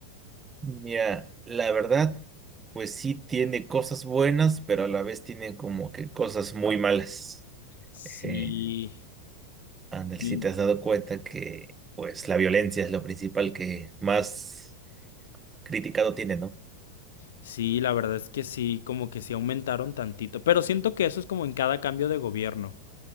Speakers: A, on the right; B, on the left.
A: Mira, la verdad, pues sí tiene cosas buenas, pero a la vez tiene como que cosas muy malas.
B: Sí,
A: Eh, Andel,
B: mm,
A: si te has dado cuenta que pues la violencia es lo principal que más criticado tiene, ¿no?
B: sí, la verdad es que sí, como que sí aumentaron tantito, pero siento que eso es como en cada cambio de gobierno,